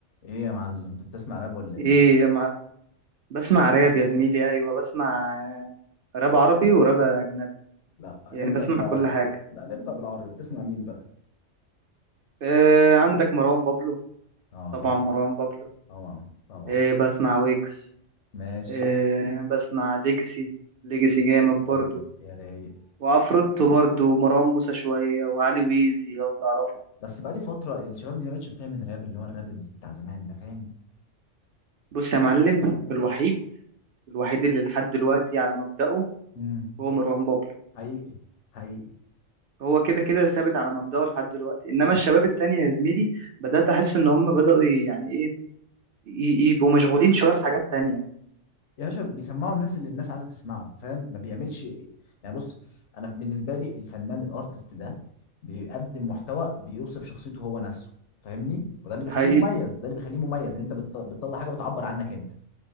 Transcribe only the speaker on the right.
ايه يا معلم بسمع راب يا زميلي ايوه بسمع آه، راب عربي وراب اجنبي
يعني
بسمع
كل حاجه
إيه عندك مروان بابلو
طبعا مروان بابلو
إيه بسمع ويجز
إيه بسمع ليجسي ليجسي جامد
برضو
وعفروتو برضو ومروان موسى شويه وعلي ويزي لو تعرفه
بص يا معلم الوحيد الوحيد اللي لحد دلوقتي على مبدأه
هو مروان بابلو
هو كده كده ثابت على مبدأه لحد دلوقتي انما
الشباب التانية يا زميلي بدأت أحس إن هم بدأوا يعني إيه ي- يبقوا مشغولين شوية بحاجات تانية
ده
حقيقي